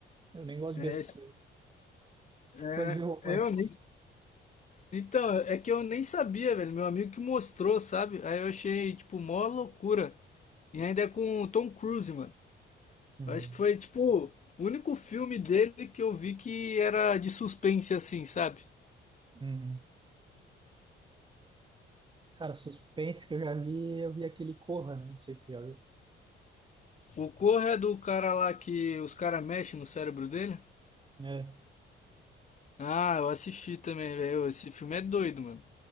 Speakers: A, on the right; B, on the left.
A: Eu nem gosto
B: É,
A: de ver essas coisas.
B: é,
A: Gosto de ver romance.
B: é, eu nem. Então, é que eu nem sabia, velho. Meu amigo que mostrou, sabe? Aí eu achei, tipo, mó loucura. E ainda é com o Tom Cruise, mano.
A: Uhum.
B: Eu acho que foi, tipo, o único filme dele que eu vi que era de suspense, assim, sabe?
A: Uhum. Cara, suspense que eu já vi, eu vi aquele Corra, né? Não sei se tu já viu.
B: O Corra é do cara lá que os caras mexem no cérebro dele.
A: É,
B: Ah, eu assisti também, velho. Esse filme é doido, mano.